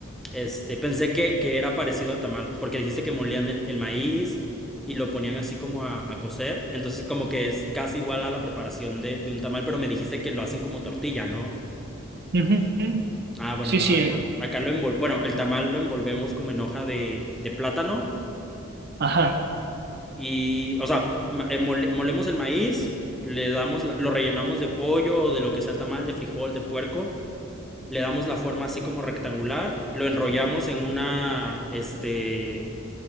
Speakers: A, in the centre; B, on the right (about 45°).
A: Este, pensé que, que era parecido al tamal, porque dijiste que molían el, el maíz y lo ponían así como a, a cocer. Entonces, como que es casi igual a la preparación de, de un tamal, pero me dijiste que lo hacen como tortilla, ¿no?
B: Ujú.
A: Ah, bueno,
B: Sí,
A: no.
B: sí.
A: ajá.
B: eh,
A: Acá lo envol, bueno, el tamal lo envolvemos como en hoja de, de plátano
B: Ajá.
A: Y, o sea, ma- eh, mole- molemos el maíz, le damos, la- lo rellenamos de pollo o de lo que sea el tamal, de frijol, de puerco, le damos la forma así como rectangular, lo enrollamos en una, este,